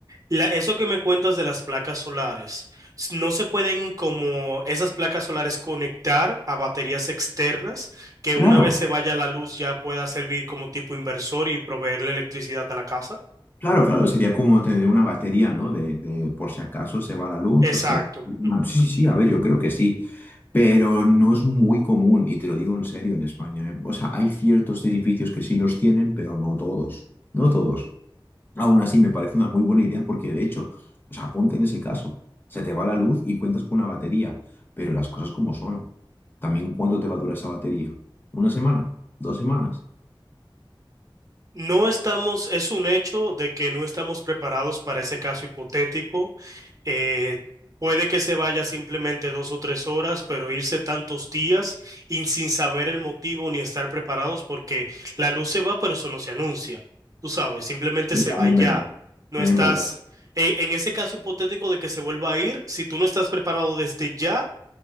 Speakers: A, on the right (about 40°); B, on the left (about 25°).
A: la- eso que me cuentas de las placas solares, s- ¿no se pueden como esas placas solares conectar a baterías externas que una
B: Claro,
A: vez se vaya la luz ya pueda servir como tipo inversor y proveerle electricidad a la casa?
B: Claro, claro, sería como tener una batería, ¿no? De, de por si acaso se va la luz,
A: Exacto.
B: pues que... bueno, Sí, sí, a ver, yo creo que sí, pero no es muy común, y te lo digo en serio, en España, ¿eh? O sea, hay ciertos edificios que sí los tienen, pero no todos, no todos. Aún así, me parece una muy buena idea porque, de hecho, o sea, ponte en ese caso, se te va la luz y cuentas con una batería, pero las cosas como son. También, ¿cuánto te va a durar esa batería? ¿Una semana? ¿Dos semanas?
A: No estamos, es un hecho de que no estamos preparados para ese caso hipotético. Eh, puede que se vaya simplemente dos o tres horas, pero irse tantos días y sin saber el motivo ni estar preparados porque la luz se va, pero eso no se anuncia. Tú sabes, simplemente
B: Y
A: se
B: también
A: va y ya.
B: verdad,
A: No
B: también
A: estás,
B: verdad.
A: e- en ese caso hipotético de que se vuelva a ir, si tú no estás preparado desde ya,